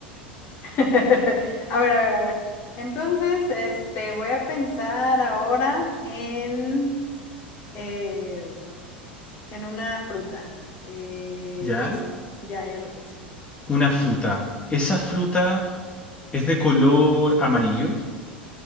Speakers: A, on the left; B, on the left.
A: <laughs>
B: <laughs> A ver, a ver, a ver. Entonces, este, voy a pensar ahora en, eh, en una fruta. Eh,
A: Ya,
B: listo, ya, ya lo pensé.
A: una fruta. ¿Esa fruta es de color amarillo?